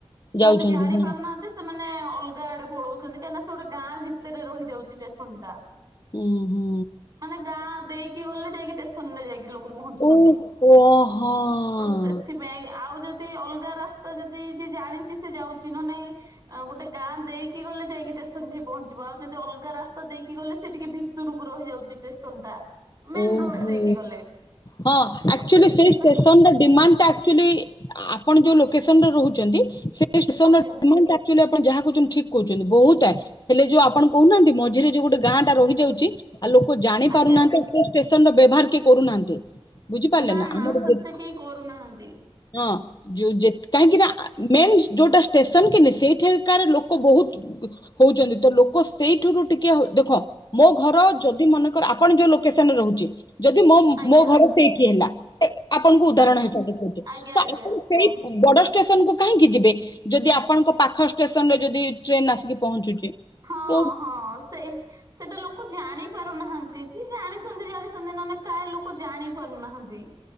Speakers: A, on the right; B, on the left.
A: ସେମାନେେ
B: ଯାଉଛନ୍ତି
A: ଜାଣି
B: ହୁଁ
A: ପାରୁନାହାନ୍ତିେ ସେମା ନାଇ ଅଲଗା ଆଡେ ପଳଉଛନ୍ତି କାହିଁକିନା ସେ ଗୋଟେ ଗାଁ ଭିତରେ ରହିଯାଉଛି ଷ୍ଟେସନ ଟା
B: ହୁଁ ହୁଁ।
A: ମାନେ ଗାଁ ଦେଇକି ଗଲେ ଯାଇକି ଷ୍ଟେସନ୍ ରେ ଯାଇକି ଲୋକ ପହଞ୍ଚୁଛନ୍ତି
B: ଓହୋ ହଁ।
A: ତ ସେଥିପାଇଁ ଆଉ ଯଦି ଅଲଗା ରାସ୍ତା ତ ଯଦି ଯିଏ ଜାଣିଛି ସେ ଯାଉଛି ନ ନାଇଁ ଗୋଟେ ଗାଁ ଦେଇକି ଗଲେ ଯାଇକି ଷ୍ଟେ ସେମିତି ପହଞ୍ଚିବ ଆଉ ଯଦି ଅଲଗା ରାସ୍ତା ଦେଇକି ଗଲେ ସେ ଟିକେ ଭିତରକୁ ରହିଯାଉଛି ଷ୍ଟେସନ୍ ଟା ମେନ
B: ଓହୋ
A: ରୋଡ ଦେଇକି ଗଲେ
B: ହଁ
A: ତ
B: ଆଚୁଲି
A: ସେଥିପାଇଁ
B: ସେଇ ଷ୍ଟେସନ ଡିମାଣ୍ଡା ଟା ଆଚୁଲି ଆପଣ ଯୋଉ ଲୋକେସନରେ ରହୁଛନ୍ତି ସେ ସେ ଷ୍ଟେସନ୍
A: ଆଜ୍ଞା
B: ର ଡିମାଣ୍ଡ ଆଚ୍ୟୁଆଲି ଆପଣ ଯାହା କହୁଛନ୍ତି ଠିକ କହୁଛନ୍ତି ବହୁତ ଆଡେ ହେଲେ ଯୋଉ ଆପଣ କହୁନାହାନ୍ତି ମଝିରେ ଯୋଉ ଗୋଟେ ଗାଁ ଟା ରହିଯାଉଛି। ଆଉ ଲୋକ ଜାଣି ପାରୁନାହାନ୍ତି।
A: ଆଜ୍ଞା
B: ବେସନ ର ବ୍ୟବହାର କିଏ କରୁନାହାନ୍ତି। ବୁଝିପାରିଲେ
A: ନା ନା
B: ଆମର
A: ସେତେ କେହି କରୁନାହାନ୍ତି।
B: ହଁ ଯୋଉ ଯେ କାହିଁକି ନା ମେନ୍ ଯୋଉଟା ଷ୍ଟେସନ କିି ସେଇଠିକାର ଲୋକ ବହୁତ ହଉଛନ୍ତି ତ ଲୋକ ସେଇଠୁରୁ ଟିକେ ଦେଖ ମୋ ଘର ଯଦି ମନେକର ଆପଣ ଯୋଉ ଲୋ ଷ୍ଟେସନ ରେ ରହୁଛି। ଯଦି ମୋ
A: ଆଜ୍ଞା
B: ମୋ ଘରେ ସେଇଠି ହେଲା। <inaudible> ଆପଣଙ୍କୁ ଉଦାହରଣ
A: ଆଜ୍ଞା
B: ହେଇଥ ଦେଖଉଚି
A: ଆଜ୍ଞା
B: ତ
A: ଆଜ୍ଞା
B: ଆପଣ ସେଇ
A: ହୁଁ
B: ବଡ ଷ୍ଟେସନକୁ କାହିଁକି ଯିବେ ଯଦି ଆପଣଙ୍କ ପାଖ ଷ୍ଟେସନ ରେ ଯଦି ଟ୍ରେନ ଆସିକି ପହଞ୍ଚୁଛି
A: ହଁ
B: ତ
A: ହଁ ସେଇ ସେଇଟା ଲୋକ ଜାଣି ପାରୁନାହାନ୍ତି ଯେ ଜାଣିଛନ୍ତି ଜାଣିଛନ୍ତି ନହେଲେ ପ୍ରାୟ ଲୋକ ଜାଣି ପାରୁନାହାନ୍ତି।